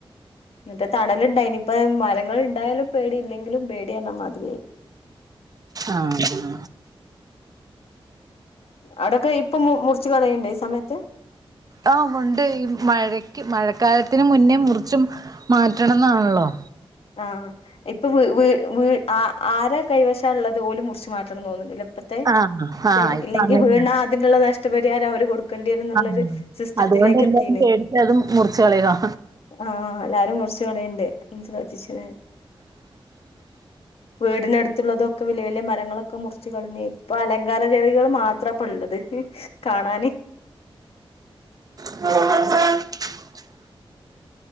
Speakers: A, on the left; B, on the right.
A: ഇന്നട്ട് തണല്ണ്ടായ്ന്ന്പ്പ മരങ്ങൾ ഇണ്ടായാലും പേടിയില്ലെങ്കിലും പേടി എന്ന മാതിരിയായി
B: ആഹ് ആഹ്
A: അടക്ക ഇപ്പം മു മുറിച്ചു കളയണ്ടെ ഈ സമയത്ത്
B: ആ മുണ്ട് ഈ മഴക്ക് മഴക്കാലത്തിന് മുന്നേ മുറിച്ചും മാറ്റണന്നാണല്ലോ
A: ആഹ് ഇപ്പ വ് വ് വ് ആ ആര കൈവശാള്ളത് പോലും മുറിച്ചു മാറ്റണം തോന്നുന്നുല്ലേ ഇപ്പത്തെ
B: ആഹ്
A: ഇത്
B: ആഹ് ഇപ്പൊ
A: ഇല്ലെങ്കി
B: അങ്ങനെയാ
A: വീണാ അതിനുള്ള നഷ് റ്റ് പരിഹാരം അവര് കൊടു കണ്ടെരുന്നുള്ളത്
B: ആഹ്
A: സിസ്റ്റത്തിലേക്കെത്തിന്
B: അതുകൊണ്ട് എല്ലാരും പേടിച്ച് അത് മുറിച്ച് കളയുവാ
A: ആ ആ എല്ലാരും മുറിച്ച് <unintelligible> <unintelligible> വീടിനടു ത്തുള്ളതൊക്ക വലിയ വലിയ മരങ്ങളൊക്ക മുറിച്ച് കളഞ്ഞ് ഇപ്പ അലങ്കാര ചെടികള് മാത്രപ്പള്ളത് ഹ് കാണാന്
B: <inaudible>